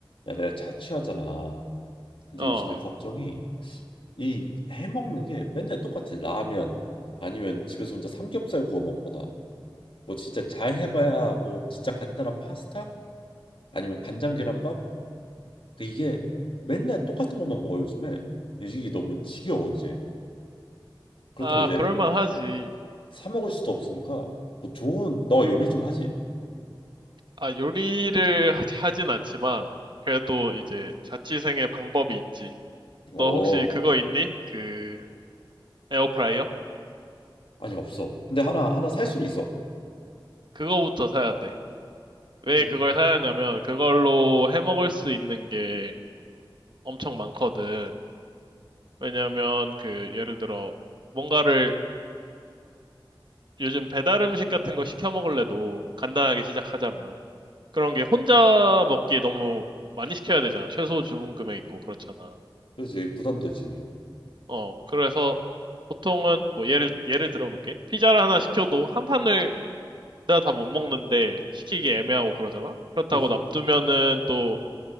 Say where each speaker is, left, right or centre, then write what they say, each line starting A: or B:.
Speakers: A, on the left; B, on the right.
A: 야, 내가 자취하잖아. 근데
B: 어,
A: 요즘에 걱정이 이 해먹는 게 맨날 똑같아. 라면 아니면 집에서 혼자 삼겹살 구워 먹거나 뭐 진짜 잘 해봐야 뭐 진짜 간단한 파스타 아니면 간장 계란밥 근데 이게 맨날 똑같은 것만 먹어 요즘에 이게 너무 지겨워 이제 그렇다고
B: 아,
A: 이제
B: 그럴만하지.
A: 사 먹을 수도 없으니까 뭐 좋은 너 요리 좀 하지?
B: 아, 요리를 하- 하진 않지만, 그래도 이제 자취생의 방법이 있지.
A: 어
B: 너 혹시 그거 있니? 그, 에어프라이어?
A: 아니 없어. 근데 하나 하나 살 수는 있어.
B: 그거부터 사야 돼. 왜
A: 이
B: 그걸 사야 하냐면, 그걸로 해 먹을 수 있는 게 엄청 많거든. 왜냐면, 그, 예를 들어, 뭔가를 요즘 배달 음식 같은 거 시켜 먹을래도 간단하게 시작하자면. 그런 게 혼자 먹기에 너무 많이 시켜야 되잖아. 최소 주문 금액 있고, 그렇잖아.
A: 그렇지 부담되지.
B: 어, 그래서 보통은 뭐 예를 예를 들어볼게. 피자를 하나 시켜도 한 판을 내가 다 못 먹는데 시키기 애매하고 그러잖아. 그렇다고
A: 그렇지.
B: 놔두면은 또